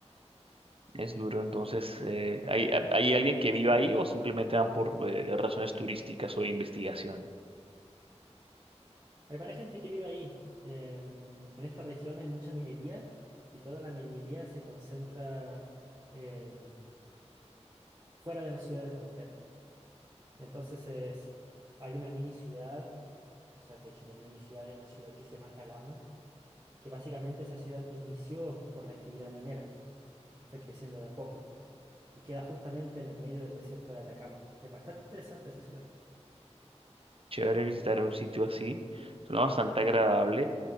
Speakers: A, on the right (about 55°); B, on the right (about 30°).
A: es duro, entonces, eh, ¿hay, hay alguien que viva ahí o simplemente van por eh, razones turísticas o de investigación?
B: Hay varias gente que vive ahí. Em, en esta región hay mucha minería y toda la minería se concentra em, fuera de las ciudades costeras. Entonces es, hay una mini ciudad, o sea, de hecho una mini ciudad, hay una ciudad que se llama Calama, que básicamente esa ciudad inició por la actividad minera y fue creciendo de a poco. Y queda justamente en el medio del desierto de Atacama. Es bastante interesante esa ciudad.
A: chévere visitar un sitio así. Suena bastante agradable.